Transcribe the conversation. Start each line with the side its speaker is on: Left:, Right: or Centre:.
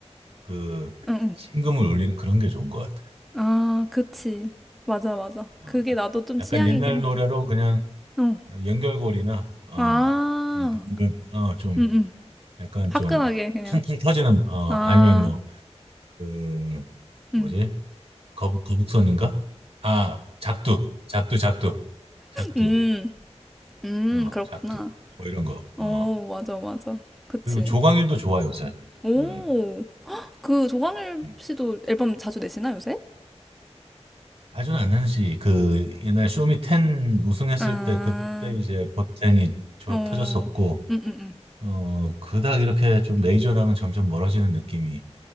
Right: 그
Centre: <laughs> 응. 응.
Right: 심금을 울리는 그런 게 좋은 것 같아.
Centre: 아, 그치. 맞아, 맞아.
Right: 어,
Centre: 그게
Right: 약-
Centre: 나도 좀 취향이긴
Right: 약간 옛날 노래로
Centre: 해.
Right: 그냥
Centre: 어.
Right: 연결고리나 어,
Centre: 아.
Right: 이, 이런 어, 좀
Centre: 응, 응.
Right: 약간
Centre: 화끈하게
Right: 좀
Centre: 그냥.
Right: 퉁퉁 터지는 어,
Centre: 아.
Right: 아니면 뭐그
Centre: 응
Right: 뭐지? 거북 거북선인가? 아, 작두. 작두 작두. 작두.
Centre: 음. 음,
Right: 어,
Centre: 그렇구나.
Right: 작두. 뭐 이런 거.
Centre: 어,
Right: 어.
Centre: 맞아, 맞아. 그치.
Right: 그리고 조광일도 좋아 요새.
Centre: 오,
Right: 나는.
Centre: 그 조광일
Right: 음.
Centre: 씨도 앨범 자주 내시나, 요새?
Right: 아주는 안 나지. 그 옛날 쇼미10 우승했을
Centre: 아,
Right: 때 그때 이제 버텐이 좋아-
Centre: 어,
Right: 터졌었고
Centre: 음, 음, 음.
Right: 어, 그닥 이렇게 좀 메이저랑은 점점 멀어지는 느낌이